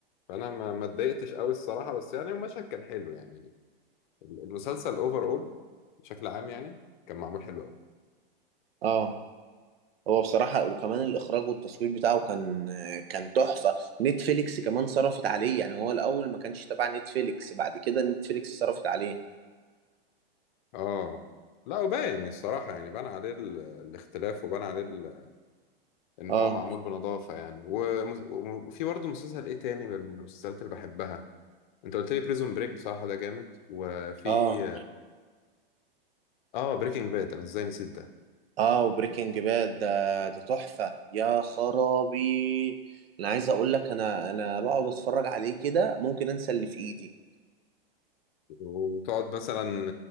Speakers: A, on the left; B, on the right.
A: فانا ما ما اتضايقتش قوي الصراحه بس يعني المشهد كان حلو يعني ال- المسلسل اوفر اول بشكل عام يعني كان معمول حلو قوي
B: اه هو بصراحة وكمان الإخراج والتصوير بتاعه كان كان تحفة نتفليكس كمان صرفت عليه يعني هو الأول ما كانش تبع نتفليكس بعد كده نتفليكس صرفت عليه
A: اه لا وباين الصراحه يعني بان عليه ال- الاختلاف وبان عليه ال- ان
B: اه
A: هو معمول بنظافه يعني ومس- وفي برضه مسلسل ايه تاني من المسلسلات اللي بحبها انت قلت لي بريزون بريك بصراحه ده جامد وفي
B: اه
A: اه بريكنج باد انا ازاي نسيت ده
B: اه وبريكنج باد ده ده تحفة يا خرابي انا عايز اقول لك انا انا بقعد اتفرج عليه كده ممكن انسى اللي في ايدي
A: وتقعد مثلا